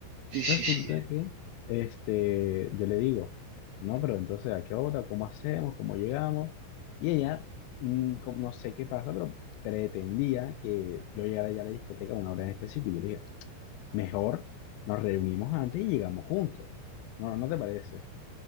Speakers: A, on the right; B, on the left.
A: Sí, sí,
B: Resulta
A: sí.
B: que este, yo le digo, no, pero entonces, ¿a qué hora? ¿Cómo hacemos? ¿Cómo llegamos? Y ella, mm, co- no sé qué pasa, pero pretendía que yo llegara ya a la discoteca a una hora en específico. Y yo le dije, mejor nos reunimos antes y llegamos juntos. ¿No, no te parece?